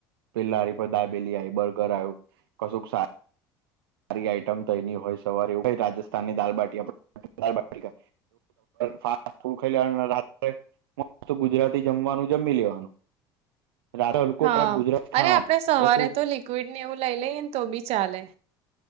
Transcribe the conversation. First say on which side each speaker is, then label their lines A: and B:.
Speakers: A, on the right (about 80°); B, on the right (about 60°).
A: પેલારી પર દાબેલી આવી, બર્ગર આવ્યું કશું સાર સારી આઈટમ તો એની હોય સવારે એવ કઈ રાજસ્થાનની બાટી <inaudible> ખાઈ લેવાનું રાત્રે મસ્ત ગુજરાતી જમવાનું જમી લેવાનું. રાતે હલકો
B: હા,
A: ખોરાક ગુજરાતી ખાવાનું
B: અરે આપડે સવારે
A: એ શું
B: તો લિક્વિડ ને એવું લઈ લઈએને તો બી ચાલે.